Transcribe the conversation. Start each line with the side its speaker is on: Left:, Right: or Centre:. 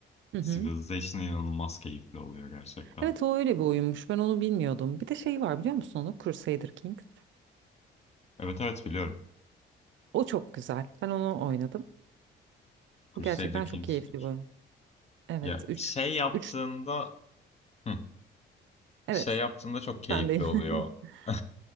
Right: Hı hı.
Left: Civilization inanılmaz keyifli oluyor gerçekten.
Right: Evet o öyle bir oyunmuş. Ben onu bilmiyordum. Bir de şey var biliyor musun onu? Crusader Kings.
Left: Evet evet biliyorum.
Right: O çok güzel. Ben onu oynadım.
Left: Crusader
Right: Bu gerçekten
Left: Kings
Right: çok keyifli
Left: 3.
Right: bir oyun. Evet
Left: Ya
Right: üç
Left: şey yaptığında
Right: üç
Left: hı,
Right: Evet
Left: şey yaptığında çok keyifli
Right: sendeyim.
Left: oluyor.
Right: <laughs>
Left: <laughs>